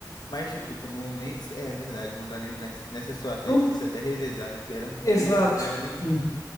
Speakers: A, on the left; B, on the left.
A: Mas, tipo, tu não nem. É verdade, não dá nem nessa, nessa situação.
B: Não...
A: É difícil até revezar, né? Porque eram
B: Exato.
A: três, né? não era nenhum.
B: Hum.